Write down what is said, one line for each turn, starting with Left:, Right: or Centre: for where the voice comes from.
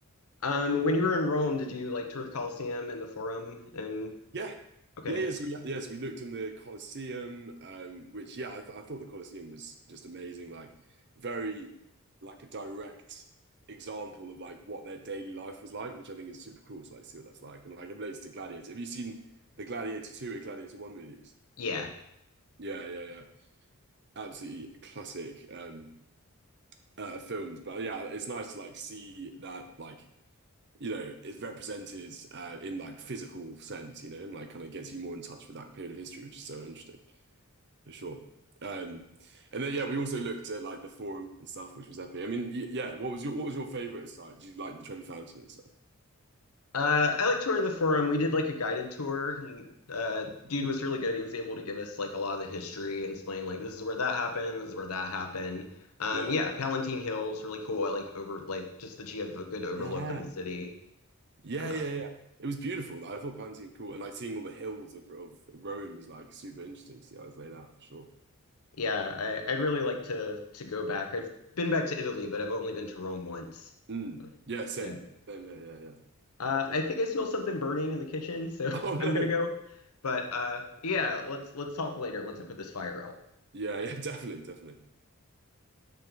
Left: Um, when you were in Rome, did you like tour the Colosseum and the Forum and
Right: Yeah.
Left: okay.
Right: Yeah, yeah. So we, yes, we looked in the Colosseum, um, which yeah, I, th I thought the Colosseum was just amazing, like very like a direct example of like what their daily life was like, which I think is super cool to like see what that's like. And like it relates to Gladiator. Have you seen the Gladiator 2 and Gladiator 1 movies?
Left: Yeah.
Right: Yeah, yeah, yeah. Absolutely classic um uh films. But yeah, it's nice to like see that like you know, is represented uh, in like physical sense, you know, and like kind of gets you more in touch with that period of history, which is so interesting for sure. Um, and then yeah, we also looked at like the forum and stuff, which was epic. I mean, y- yeah, what was your what was your favorite site? Did you like the Trevi Fountain and stuff?
Left: Uh, I like touring the forum. We did like a guided tour, and uh, dude
Right: Cool.
Left: was really good. He was able to give us like a lot of the history and explain like this is where that happened, this is where that happened. Um,
Right: Yeah,
Left: yeah, Palatine Hill's really cool. I like over like just that you have a good overlook
Right: yeah,
Left: of the city.
Right: Yeah.
Left: Um,
Right: yeah, yeah, yeah. It was beautiful. I thought Pantheon cool, and like seeing all the hills of of Rome is like super interesting to see how it's laid out for sure.
Left: yeah, I, I'd really like to to go back. I've been back to Italy, but I've only been to Rome once.
Right: Mm. Yeah, same,
Left: Yeah.
Right: same. Yeah, yeah, yeah.
Left: Uh,
Right: Definitely.
Left: I think
Right: <laughs>
Left: I smell something burning in the kitchen, so
Right: Oh
Left: <laughs>
Right: no.
Left: I'm gonna go. But uh, yeah, let's let's talk later once I put this fire out.
Right: Yeah, yeah, <laughs> definitely, definitely.